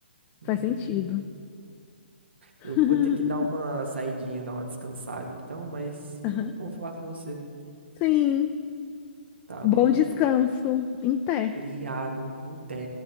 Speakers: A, on the right (about 80°); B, on the left (about 25°).
A: Uhum.
B: Faz sentido. <laughs>
A: Eu vou ter que dar uma saidinha, dar uma descansada então, mas
B: Aham.
A: foi muito bom falar com você,
B: Sim.
A: tá
B: Bom
A: bom?
B: descanso. Em pé.
A: Obrigado, em té.